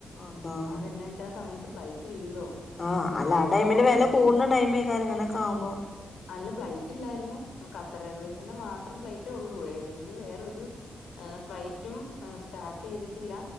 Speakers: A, on the left; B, on the left.
A: അള്ളാ
B: അതെന്നാ വെച്ചാ ആ സമയത്ത് ഫ്ലൈറ്റ് ഇല്ലല്ലോ
A: ആഹ് അല്ല
B: ഫ്ലൈറ്റ്
A: ആ ടൈമില്
B: ഓപ്പറേഷൻ
A: വെല കൂട്ണ ടൈമേക്കാര് ഇങ്ങനെ ക്കാവുമ്പോ
B: അല്ല ഫ്ലൈറ്റ് ഇല്ലായിരുന്നു. ഖത്തർ എയർവേയ്സിന്റെ മാത്രം ഫ്ലൈറ്റ് ഉള്ളൂ എയർ ഇന്റ വേറൊരു ഫ്ലൈറ്റും സ്റ്റാർട്ട് ചെയ്തിട്ടില്ല.